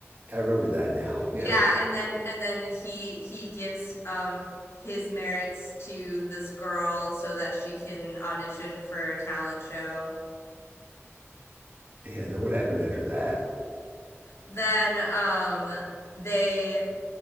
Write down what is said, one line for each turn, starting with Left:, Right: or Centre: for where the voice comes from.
Right: I remember that now. Yep.
Left: Yeah, and then and then he he gives um his merits to this girl so that she can audition for a talent show.
Right: Yeah. And then what happened after that?
Left: then um they